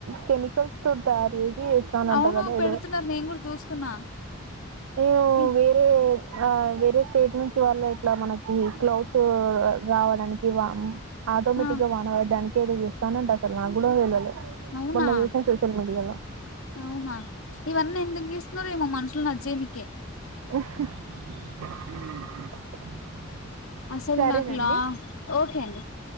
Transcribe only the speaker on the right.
కెమికల్స్ తోటి తయారు చేస్ సి ఇస్తానంట
కదా ఏదో
ఎవో
వేరే ఆ వేరే స్టేట్ నుంచ్ చి వాళ్ళు ఇట్లా మనకి క్లౌడ్స్ రావడానికి వామ్ ఆటోమాటిక్గా
వాన వడ్డానికి వడడ్డానిక్ కెదో చేస్తానంట అసలు మాగూడ తెల్వలే
మొన్న జూశా సోషల్ మీడియాలో
<unintelligible> <unintelligible>
సరేనండి